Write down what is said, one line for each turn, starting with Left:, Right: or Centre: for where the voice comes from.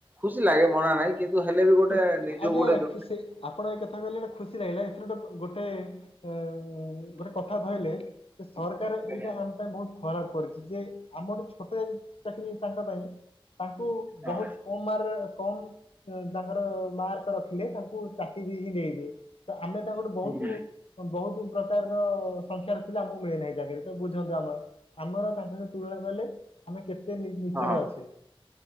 Right: ଖୁସିଲାଗେ ମନାନାହିଁ। କିନ୍ତୁ ହେଲେବି ଗୋଟେ
Left: ଖୁ
Right: ନିଜକୁ
Left: ଆଜ୍ଞା
Right: ଗୋଟେ
Left: ଆଜ୍ଞା,
Right: ଦୁ
Left: ଖୁସି ଆପଣ ଏଇକଥା କହିଲେ ଗୋଟେ ଖୁସି ଲାଗିଲା ଏଥିରୁ ଗୋଟେ ଏଁ ଉୁଁ ଉୁଁ ଗୋଟେ କଥା ଧଇଲେ। ଏ ସରକାର ଏଇଟା
Right: ଆଜ୍ଞା ଆଜ୍ଞା
Left: ଆମପାଇଁ ବହୁତ ଖରାପ କରି ଯେ ଆମଠୁ ଛୋଟ ଚାକିରି ତାଙ୍କପାଇଁ। ତାଙ୍କୁ ବହୁତ
Right: ହଁ
Left: କମ ମାରର କମ ତାଙ୍କର ମାର୍କରଖିଲେ ତାଙ୍କୁ ଚାକିରିହିଁ ଦେଇଦିଏ ତ ଆମେ ତାଙ୍କଠୁ ବହୁତ
Right: ହୁଁ ହୁଁ।
Left: ବହୁତ ପ୍ରକାରର ସଂଖ୍ୟାର ଥିଲେ ଆମକୁ ମିଳେନାହିଁ ଚାକିରିତ ବୁଝନ୍ତୁ ଆମର। ଆମର ତାଙ୍କଠୁ ତୁଳନା କଲେ ଆମେ କେତେ ନିଚରେ
Right: ହଁ ହଁ
Left: ଅଛେ?